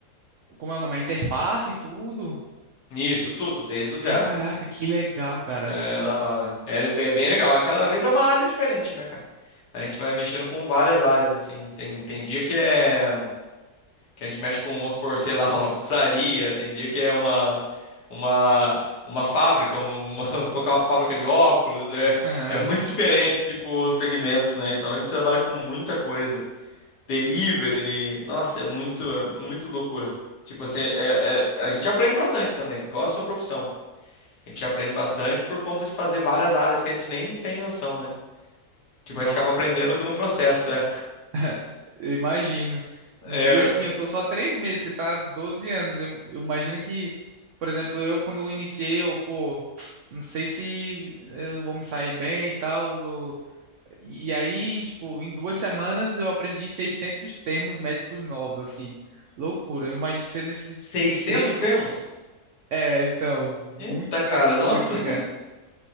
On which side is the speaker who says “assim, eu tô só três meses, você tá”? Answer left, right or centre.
Right